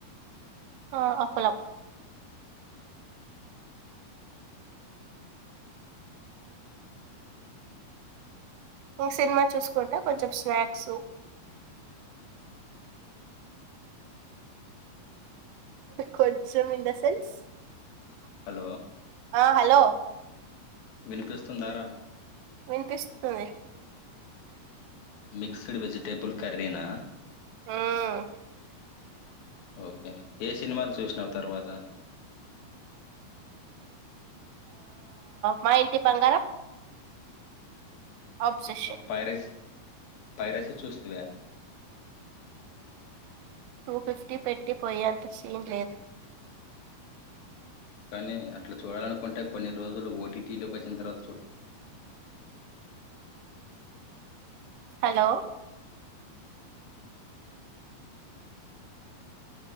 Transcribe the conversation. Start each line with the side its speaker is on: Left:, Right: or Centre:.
Right: ఆ అపలం ఇ సినిమా చూసుకుంట కొంచెం స్నాక్స్ కొంచెం ఇన్ ద సెన్స్
Left: హలో
Right: ఆ హలొ
Left: వినిపిస్తుందార
Right: విన్పిస్తుంది
Left: మిక్స్డ్ వెజిటేబుల్ కర్రీనా
Right: మ్మ్
Left: ఓకే ఏ సినిమాలు చూసినావ్ తర్వాత
Right: మా ఇంటి బంగారం అబ్సెషన్
Left: పైరాసి పైరాసి చూస్తీవా
Right: టూ ఫిఫ్టీ పెట్టి పోయే అంత సీన్ లేదు.
Left: కానీ అట్లా చూడాలనుకుంటే కొన్ని రోజులు ఓటీటీలోకి వచ్చిన తర్వాత..
Right: హలో..